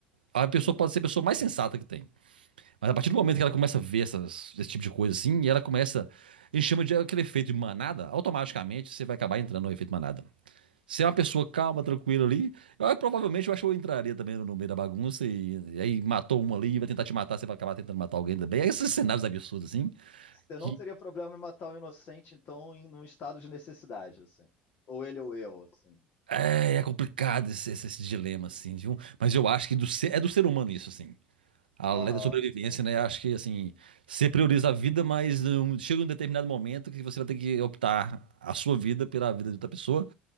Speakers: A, on the right; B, on the left.
A: A pessoa
B: Uhum,
A: pode ser a pessoa mais sensata que tem. Mas
B: uhum.
A: a partir do momento que ela começa a ver essas- esse tipo de coisa assim, e ela começa. A gente chama de aquele efeito de manada, automaticamente você vai acabar entrando no efeito manada. Se é uma pessoa calma, tranquila ali, eu, eu provavelmente eu acho que eu entraria também no meio da bagunça e, e aí matou uma ali, e vai tentar te matar, você vai acabar tentando matar alguém também. Esses cenários absurdos, assim.
B: Você
A: que
B: não teria problema em matar o um inocente, então, em um estado de necessidade, assim. Ou ele ou eu, assim.
A: É, é complicado esse, esse- esse dilema, assim, viu? Mas eu acho que do ser- é do ser humano isso, assim. A
B: Aham,
A: lei da sobrevivência, né? Acho que, assim, você prioriza a vida, mas um, chega um determinado momento que você vai ter que optar a sua vida pela vida de outra pessoa.